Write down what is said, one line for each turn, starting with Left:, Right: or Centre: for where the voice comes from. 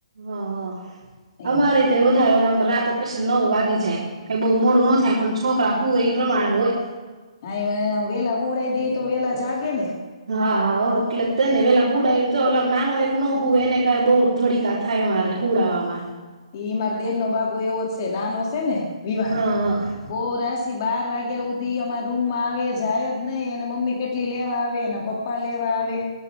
Right: હ
Left: એમ
Right: અમારે તે વધાર રાત જ પછી નવ વાગી જાય ક બહુ મોડું ન થાય પણ છોકરા હું એ પ્રમાણે હોય.
Left: હા એ મને વેલા હુંડાઈ દે તો વેલા જાગે ને.
Right: હાએટલે હ તને પેલા હુડાવ નાનો એક ન હોય એને ક બહ ધડીકા થાય મારે હુડામાં.
Left: ઈ માર દેર નો બાબુ એવો જ છે નાનોશે ને. વિવાન
Right: હા
Left: બો રાશિ બાર વાગ્યા સુધી રૂમમાં આવે જાય જ નહી એને મમ્મી કેટલી લેવા આવે એના પપ્પા લેવા આવે.